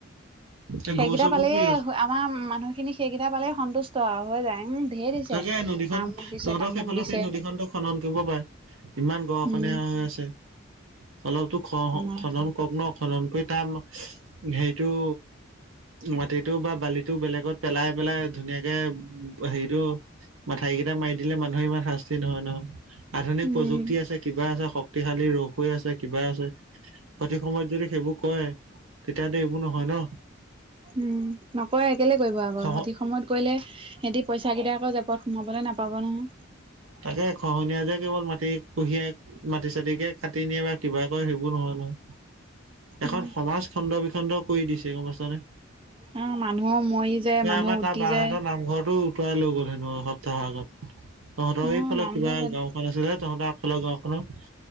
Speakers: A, on the right; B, on the right.
A: এই
B: সেইকেইটা
A: গৰু চৰবোৰ
B: পালেে
A: কি
B: আমাৰ মানুহখিনিক সেইকেইটা পালে সন্তুষ্ট আৰু হৈ যায় উম ঢেৰ দিছে।
A: তাকে নদীখন
B: আমুক দিছে
A: তহঁতৰ
B: তামুক
A: সেইফালে
B: দিছে
A: সেই নদীখনতো খনন কৰিব পাৰে ইমান গৰা খহনীয়া
B: উম
A: হৈ আছে অলপতো খ
B: আমাৰ
A: খনন কগ্ন খনন কৰি তাৰ হেৰিটো মাটিটো বা বালিটো বেলেগত পেলাই পেলাই ধুনীয়াকে হেৰিটো মাঠাই কেইটা মাৰি দিলে মানুহৰ ইমান শাস্তি নহয় নহয় আধুনিক
B: উম
A: প্ৰযুক্তি আছে কিবা আছে শক্তিশালী ৰস হৈ আছে কিবা আছে সঠিক সময়ত যদি সেইবোৰ কয় তেতিয়াতো এইবোৰ নহয় ন
B: উম নকৰে কেলে কৰিব আকৌ
A: খহ
B: সঠিক সময়ত কৰিলে সিহঁতি পইচাকেইটা আকৌ জেপত সোমাবলৈ নাপাব নহয়
A: তাকে খহনীয়া যে কেৱল মাটি কহিয়াই মাটি চাটিকে কাটি নিয়ে বা কিবা কয় সেইবোৰ নহয় নহয় এখন
B: উম
A: সমাজ খণ্ড বিখণ্ড কৰি দিছে গম পাইছানে
B: অ মানুহো মৰি যায়
A: এই
B: মানুহ
A: আমাৰ তাৰ
B: উটি
A: বাহঁতৰ
B: যায়
A: নামঘৰটো উতুৱাই লৈ গ'ল হেও এসপ্তাহৰ আগত তহঁতৰ
B: অ
A: এইফালে
B: নামঘৰ
A: কিবা
B: বাদ
A: গাওখন আছিলে তহঁতৰ আগফালৰ গাওখননৰ